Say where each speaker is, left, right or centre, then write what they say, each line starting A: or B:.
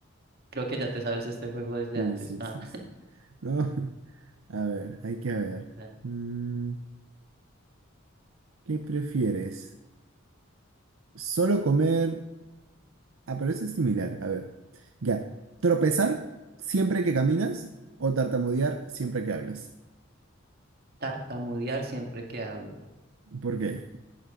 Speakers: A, on the right (about 50°); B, on the right (about 75°).
A: creo que ya te sabes este juego desde
B: Sí,
A: antes.
B: sí,
A: Ah,
B: sí, sí. No, <laughs> a ver, hay que ver.
A: <laughs> dale.
B: Mm, ¿qué prefieres? Solo comer. Ah, pero ese es similar. A ver. Ya. ¿Tropezar siempre que caminas o tartamudear siempre que hablas?
A: Tartamudear siempre que hablo,
B: ¿Por qué? <laughs>